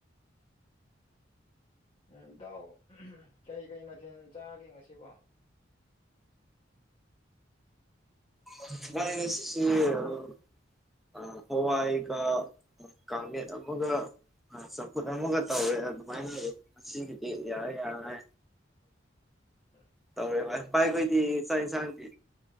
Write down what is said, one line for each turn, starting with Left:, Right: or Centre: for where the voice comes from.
Left: ꯎꯝ ꯏꯇꯥꯎ ꯑꯍꯝ ꯀꯔꯤ ꯀꯔꯤ ꯃꯊꯦꯜ ꯆꯥꯔꯒꯦ ꯉꯁꯤꯕꯣ
Centre: <unintelligible> ꯑ ꯍꯋꯥꯏ ꯀ ꯀꯦꯠ ꯑꯃꯒ ꯑ ꯆꯥꯎꯈꯨꯠ ꯑꯃꯒ ꯇꯧꯋꯦ ꯑꯗꯨꯃꯥꯏꯅꯋ ꯉꯁꯤꯒꯤꯗꯤ ꯌꯥꯔꯦ ꯌꯥꯔꯦ
Left: ꯎ
Centre: ꯇꯧꯔꯦ ꯄꯥꯏꯈꯣꯏꯗꯤ ꯆꯥꯛ ꯌꯦꯟꯁꯥꯡꯗꯤ